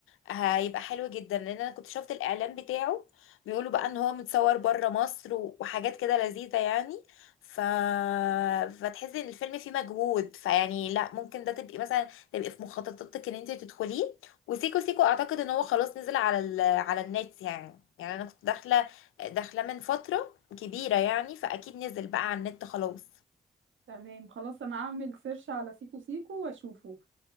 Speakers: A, on the left (about 85°); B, on the right (about 70°).
A: هيبقى حلو جدا لان انا كنت شفت الاعلان بتاعه بيقولوا بقى ان هو متصور بره مصر و- وحاجات كده لذيذه يعني ف فتحسي ان الفيلم فيه مجهود فيعني لا ممكن ده تبقي مثلا تبقي في مخططاتك ان انت تدخليه وسيكو سيكو اعتقد ان هو خلاص نزل على ال... على النت يعني يعني انا كنت داخله داخله من فتره كبيره يعني فاكيد نزل بقى على النت خلاص
B: تمام خلاص انا اعمل سيرش على سيكو سيكو واشوفه